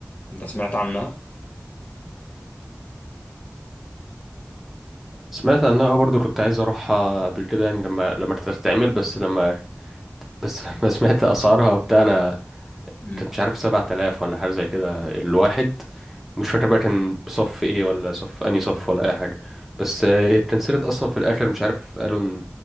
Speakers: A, on the left; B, in the centre.
A: انت سمعت عنها؟
B: سمعت عنها برضو كنت عايز اروحها قبل كده يعني لما لما تتعمل بس لما بس <laughs> لما سمعت اسعارها وبتاع انا
A: امم
B: كانت مش عارف 7000 ولا حاجه زي كده الواحد مش فاكر بقى كان بصف ايه ولا صف انهي صف ولا اي حاجه بس آه، اتكنسلت اصلا في الاخر مش عارف قالوا ان